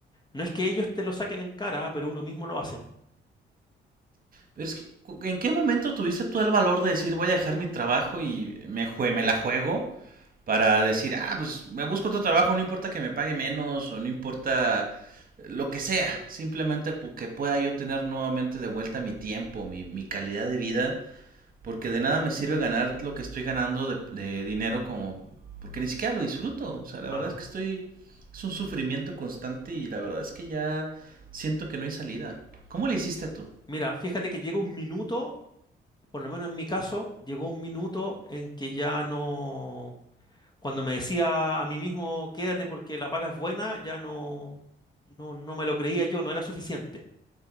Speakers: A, on the left; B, on the right.
A: no es que ellos te lo saquen en cara, ah, pero uno mismo lo hace.
B: Pero es que, ¿en qué momento tuviste tú el valor de decir voy a dejar mi trabajo y me, jue- me la juego para decir, ah, pues me busco otro trabajo, no importa que me pague menos o no importa lo que sea, simplemente porque pueda yo tener nuevamente de vuelta mi tiempo, mi, mi calidad de vida Porque de nada me sirve ganar lo que estoy ganando de, de dinero como... Porque ni siquiera lo disfruto. O sea, la
A: Ajá.
B: verdad es que estoy... Es un sufrimiento constante y la verdad es que ya siento que no hay salida. ¿Cómo le hiciste tú?
A: Mira, fíjate que llega un minuto, por lo menos en mi caso, llegó un minuto en que ya no... Cuando me decía a mí mismo, quédate porque la paga es buena, ya no, no, no me lo creía yo, no era suficiente.